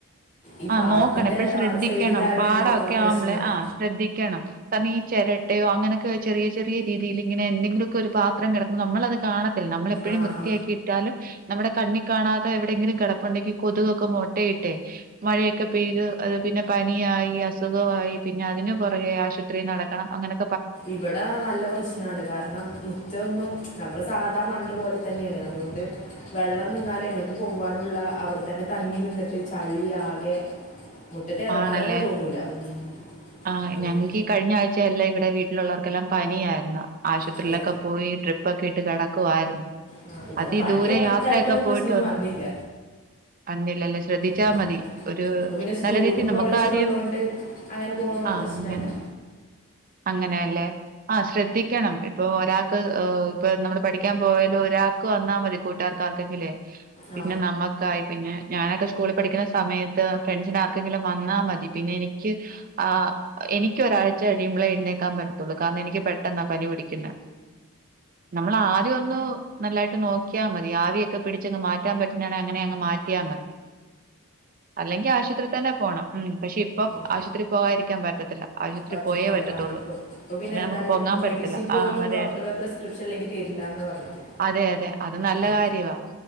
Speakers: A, on the left; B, on the right.
A: ഈ
B: ആ
A: പാടത്തിന്റെ
B: നോക്കണം എപ്പഴും ശ്രദ്ധിക്കണം
A: സൈഡിലായോണ്ട്
B: പാടമൊക്കെ
A: പ്രശ്നമാണ്
B: ആവുമ്പോളെ ആ ശ്രദ്ധിക്കണം കാരണം ഈ ചിരട്ടയോ അങ്ങനെ ക്ക് ചെറിയ ചെറിയ രീതിയിൽ ഇങ്ങനെന്തെങ്കിലൊക്കെ ഒരു പാത്രം കിടക്കു നമ്മളത് കാണ നമ്മളെപ്പോഴും
A: ആ
B: വൃത്തിയാക്കിയിട്ടാലും
A: ആ
B: നമ്മുടെ കണ്ണി കാണാത്ത എവിടെയെങ്കിലും കിടപ്പുണ്ടെങ്കിൽ കൊതുകൊക്കെ മുട്ടയിട്ടേ മഴയൊക്കെ പെയ്ത് അത് പിന്നെ പനിയായി അസുഖവായി പിന്നെ അതിന് പുറകെ ആശുപത്രി നടക്കണം അങ്ങനെ
A: ഇവിടെ നല്ല പ്രശ്നമാണ് കാരണം മുറ്റം ഒന്നും നമ്മള് സാധാ മണ്ണ് പോലെ തന്നെയാണ് അതുകൊണ്ട് വെള്ളം നിന്നാലും എങ്ങോട്ട് പോവാനുള്ള അവിടെ തന്നെ തങ്ങി നിന്നിട്ട് ചളി ആകെ മുറ്റത്ത് ഇറങ്ങാൻ
B: ആണല്ലേ
A: തന്നെ തോന്നൂല ഉം.
B: ആ
A: അങ്ങനെ
B: ഞങ്ങക്ക് ഈ കഴിഞ്ഞ ആഴ്ചയല്ല ഇവിടെ വീ ട്ടിലുള്ളവർക്കെല്ലാം പനിയായിരുന്നു ആശുപത്രിയിലൊക്കെ
A: അതെ
B: പോയി ട്രിപ്പ് ഇപ്പൊക്കെ ഇട്ട് കിടക്കുവായിരുന്നു
A: ആ, ഇവിടെ
B: അതി
A: പനി
B: ദൂരെ
A: അങ്ങനത്തെ
B: യാത്രൊക്കെ
A: ആർക്കും ഒന്നും പ്രശ്നമൊന്നും
B: പോയിട്ട് വന്ന്
A: വന്നില്ല
B: അന്നില്ലല്ലോ ശ്രദ്ധിച്ചാ
A: ആ
B: മതി ഒരു
A: ഇപ്പൊ പിന്നെ സ്കൂളും
B: നല്ല രീതിയിൽ നമുക്കാരെയും
A: കോളേജൊക്കെ ഉള്ളതുകൊണ്ട് അങ്ങനെ പോകണോണ്ട്
B: ആ
A: പ്രശ്നമില്ല
B: അങ്ങനെ അങ്ങനെയല്ലേ ആ ശ്രദ്ധിക്കണം ഇപ്പോ ഒരാക്ക് ഏ ഇപ്പൊ നമ്മള് പഠിക്കാൻ പോയാലും ഒരാൾക്ക് വന്നാ മതി കൂട്ടാർക്കാർക്കെങ്കിലേ
A: ആ
B: പിന്നെ നമ്മക്കായി പിന്നെ ഞാനൊക്കെ സ്കൂളിൽ പഠിക്കുന്ന സമയത്ത് ഫ്രണ്ട്സിന് ആർ കെങ്കിലും വന്നാ മതി പിന്നെ എനിക്ക് ആ എനിക്ക് ഒരാഴ്ച കഴിയുമ്പളേ എഴുന്നേക്കാൻ പറ്റത്തുള്ളൂ കാരണം എനിക്ക് പെട്ടെന്നാ പനി പിടിക്കുന്നെ നമ്മൾ ആദ്യം ഒന്ന് നല്ലായിട്ട് നോക്കിയാൽ മതി ആവിയൊക്കെ പിടിച്ചങ്ങ് മാറ്റാൻ പറ്റുന്നാണ് അങ്ങനെ അങ്ങ് മാറ്റിയാൽ മതി അല്ലെങ്കിൽ ആ തന്നെ പോണം ഉം പക്ഷെ ഇപ്പൊ
A: ഉം.
B: ആശുപത്രി പോകാതിരിക്കാൻ പറ്റത്തില്ല ആശുപത്രി
A: പറ്റത്തില്ല
B: പോയേ പറ്റത്തുള്ളൂ
A: ആ ഇപ്പൊ ഇപ്പൊ പിന്നെ
B: അല്ലെ
A: എന്തായാലും
B: നമുക്ക് പൊങ്ങാൻ പറ്റത്തില്ല
A: മെഡിസിൻ പോലും
B: ആഹ് അതെ
A: ഡോക്ടറെ
B: അതെ
A: പ്രിസ്ക്രിപ്ഷൻ അല്ലെങ്കി തരില്ലന്ന് പറഞ്ഞത്
B: അതെ അതെ അത് നല്ല
A: ആ
B: കാര്യവാ